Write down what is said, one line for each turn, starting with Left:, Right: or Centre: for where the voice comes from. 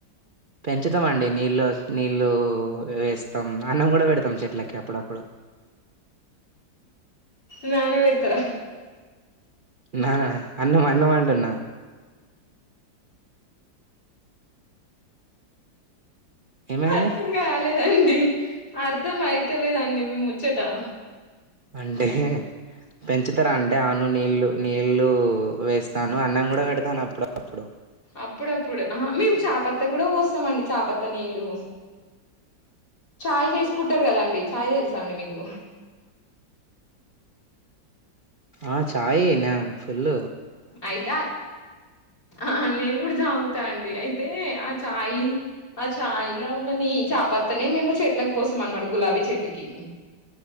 Right: పెంచుతామండి నీళ్ళు నీళ్లు వేస్తాం అన్నం కూడా పెడతాం చెట్లకి అప్పుడప్పుడు
Left: ననబెడ్తారా
Right: నానా అన్నం అన్నంమంటున్నా ఏమైంది
Left: అర్థంగాలే అండి అర్ధం మైతలేదండి ముచ్చటా
Right: అంటేహ పెంచుతారా అంటే అవును నీళ్లు ఇళ్లు వేస్తాను న అన్నం కూడా పెడతాను అప్పుడు అప్పుడు
Left: అప్పుడప్పుడు ఆ మేము చాపత్త కూడా పోస్తామండి చాపత్తా నీళ్లు చాయ్ చేసుకుంటారు కదండి చాయ్ తెలుసా అండి మీకు
Right: ఆ చాయ్ న ఫుల్
Left: ఆయతా ఆ నేను ఇప్పుడు తాగుతా అండి అయితే ఆ చాయ్ ఆ చాయ్లా ఉన్న నీ చాపత్తనే మేము చెట్లకు పోసాం అనమాట గులాబీ చెట్టుకి